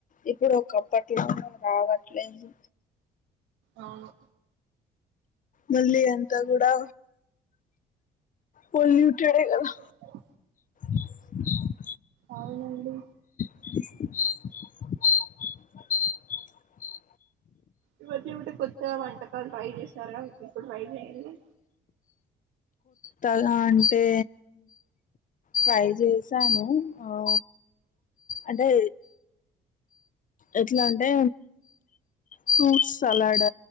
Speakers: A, on the left; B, on the right.
A: ఇప్పుడు ఒకప్ అప్పట్లలాగా రావట్లేదు
B: అవును
A: మళ్ళి అంతా గూడా పొల్యూటెడే కదా
B: తింటారా
A: <unintelligible> <inaudible>
B: అవునండి
A: <unintelligible> <inaudible> <unintelligible>
B: ఇవన్ని ఉంటే కొత్తగా వంటమ్ కాల్ ట్రై చెస్ సరం ఇప్పుడు వైట్ అయింది
A: తద అంటే ప్రైజ్ చేసాను ఆ అంటే ఎట్లంటే ఫ్రూట్స్ సలాడ్